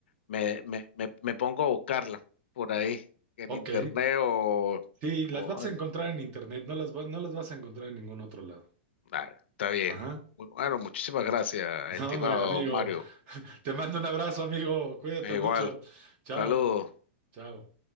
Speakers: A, on the left (about 70°); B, on the right (about 20°).
A: me, me, me, me pongo a buscarla por ahí, en
B: ok.
A: internet o,
B: Sí, las
A: o-
B: vas a encontrar en internet, no las, va- no las vas a encontrar en ningún otro lado.
A: ah, está bien.
B: Ajá.
A: Bueno, muchísimas gracias,
B: No,
A: estimado
B: hombre, amigo.
A: Mario.
B: Te mando un abrazo, amigo. Cuídate
A: Eh,
B: mucho.
A: Igual,
B: Chao.
A: saludos.
B: Chao.